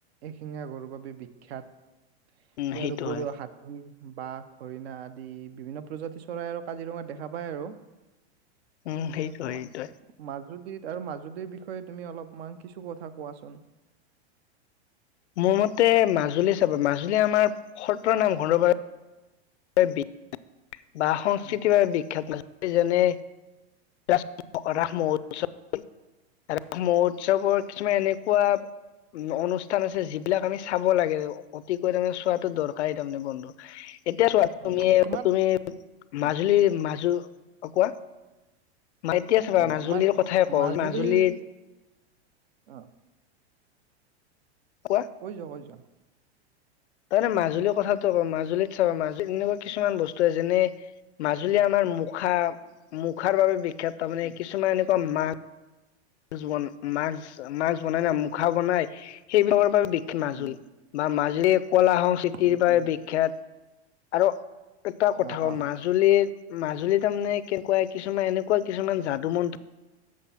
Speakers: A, on the right; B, on the left.
A: এশিঙীয়া গঁড়ৰ বাবে বিখ্যাত।
B: উম
A: ইয়াৰ
B: সেইটো
A: উপৰিও
B: হয়
A: হাতী বাঘ, হৰিণা আদি। বিভিন্ন প্ৰজাতিৰ চৰাই আৰু কাজিৰঙাত দেখা পায় আৰু।
B: উম সেইটোৱে
A: আৰু তোমাৰ
B: সেইটোৱে
A: ম আৰু মাজুলীৰ বিষয়ে তুমি অলপমান কিছু কথা কোৱাচোন।
B: মোৰ মতে মাজুলী চাবা মাজুলী আমাৰ সত্ৰৰ নাম ঘৰৰ বাবে এ বি বা সংস্কৃতিৰ
A: উম
B: বাবে বিখ্যাত <unintelligible> যেনে ৰাস ৰাস মহোৎসৱৰ <unintelligible> মহোৎসৱৰ কিছুমান এনে কুৱা উম্ অনুষ্ঠান আছে যিবিলাক আমি চাব লাগে অতিকৈ তাৰমানে চোৱাটো দৰকাৰী তাৰমানে বন্ধু। এতিয়া চোৱা তুমি
A: উম উম। তোমাৰ
B: তুমি
A: উম
B: মাজুলী মাজু অ কোৱা মানে এতিয়া চাবা
A: উম
B: মাজুলীৰ
A: তোমাৰ
B: কথাই কওঁ
A: মাজুলীৰ
B: মাজুলীত
A: অ
B: কোৱা
A: কৈ যোৱা কৈ যোৱা
B: তাৰমানে মাজুলীৰ কথাটো মাজুলীত চাবা মাজুলীত এনেকুৱা কিছুমান বস্তু যেনে মাজুলী আমাৰ মুখা মুখাৰ বাবে খেত তাৰমানে
A: উম
B: কিছুমান ত মা এ জুমন মাক্স-মাক্স বনাই না, মুখা বনাই সেইবিলাকৰ পৰা বি <unintelligible>
A: উম
B: লেপ কলা সংস্কৃতিৰ
A: উম
B: বাৰে
A: উম
B: বিখ্যাত। আৰু এটা কথা
A: অ',
B: অক
A: অ',
B: মাজুলীত মাজুলী তাৰমানে কেনেকুৱা কিছুমান এনেকুৱা কিছুমান যাদুমতন্ত্ৰ